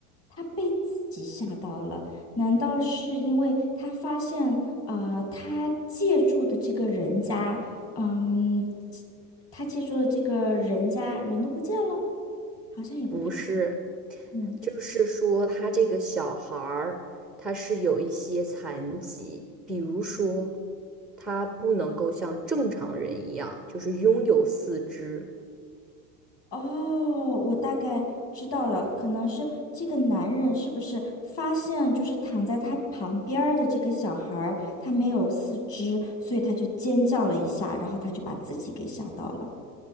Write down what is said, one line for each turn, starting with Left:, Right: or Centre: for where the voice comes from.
Left: 他被自己吓到了，难道是因为他发现，呃，他借住的这个人家，嗯，他借住的这个人家人都不见了？好像也不太，
Centre: 不是。
Left: 嗯，
Centre: 就是说，他这个小孩儿，他是有一些残疾，比如说，他不能够像正常人一样，就是拥有四肢。
Left: 哦，我大概知道了，可能是这个男人是不是发现就是躺在他旁边儿的这个小孩儿，他没有四肢，所以他就尖叫了一下，然后他就把自己给吓到了。